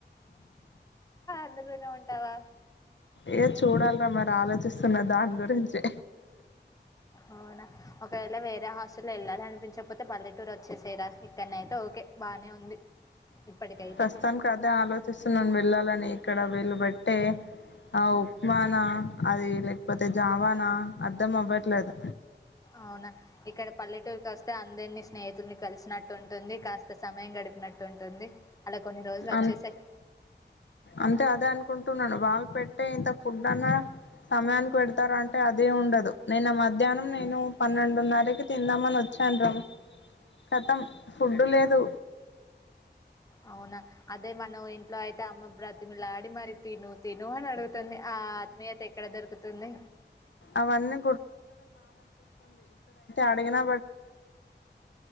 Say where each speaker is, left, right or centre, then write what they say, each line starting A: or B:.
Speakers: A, on the left (about 20°); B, on the left (about 85°).
A: అందరులోనే ఉంటావా
B: ఏ చూడాలరా మరి ఆలోచిస్తున్న దాని గురించి
A: అవునా ఒకవేళ వే ఆ హాస్టల్ల్లో వెళ్లాలి అనిపించకపోతే పల్లెటూరు వచ్చేసేయ్ రా కన్నా అయితే ఓకే బానే ఉంది ఇప్పటికైతే
B: ప్రస్తుతానికి అదే ఆలోచిస్తున్నాను వెళ్ళాలని ఇక్కడ వీలుబట్టే ఆ ఉప్మా నా అది లేకపోతే జావానా అర్ధం అవ్వట్లేదు
A: అవునా ఇక్కడ పల్లెటూరుకి వస్తే అందరినీ స్నేహితుల్ని కలిసినట్టు ఉంటుంది కాస్త సమయం గడిపినట్టు టుంది అలా కొన్ని రోజులు వచ్చేసేయ్
B: అ అంతే అదే అనుకుంటున్నాను వాళ్ళు పెట్టే ఇంత ఫుడ్ అన్నా సమయానికి పెడతార అంటే అదే ఉండదు నేను మధ్యాహ్నం నేను పన్నెండున్నరకి తిందామని వచ్చాను రము కతం ఫుడ్డు లేదు
A: అవునా అదే మనం ఇంట్లో అయితే అమ్మ బ్రతినులాడి మరి తిను తిను అని అడుగుతుంది ఆ ఆత్మీయత ఎక్కడ దొరుకుతుంది
B: అవన్నీ అడుగినా